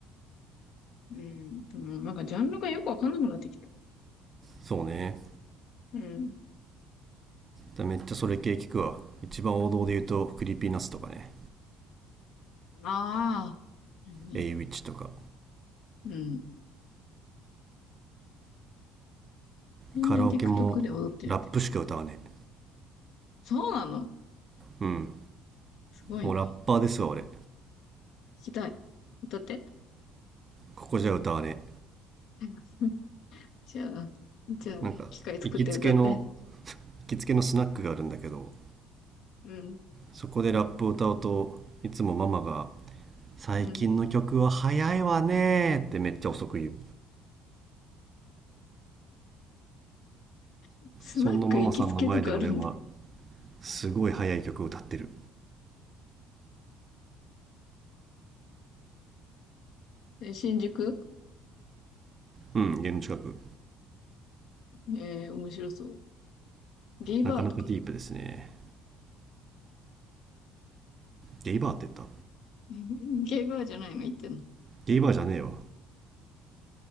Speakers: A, on the left; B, on the right.
A: うん。でもなんかジャンルがよくわかんなくなってきた。
B: そうね
A: うん。
B: だめっちゃそれ系聞くわ一番王道で言うとクリーピーナッツとかね
A: ああ、うんね。
B: エイウィッチとか
A: うん。みんな
B: カラオケもラップしか歌わねえ
A: TikTok で踊ってる。そうなの
B: うん
A: すごいね。
B: もうラッパーですわ俺
A: 聞きたい。歌って。
B: ここじゃ歌わね
A: うん。じゃあ、じゃあ、
B: えなんか行きつけの
A: 機械作って歌って。
B: 行きつけのスナックがあるんだけど
A: うん、
B: そこでラップを歌うといつもママが「最近の曲は早いわね」ってめっちゃ遅く言う
A: うん。<laughs> スナック行きつけとかあるんだ。
B: そんなママさんの前で俺はすごい早い曲を歌ってる
A: で新宿
B: うん家の近く
A: えー面白そう。ゲイバーとか。
B: なかなかディープですねゲイバーって言った
A: えゲイバーじゃないの行ってんの。
B: ゲイバーじゃねえわ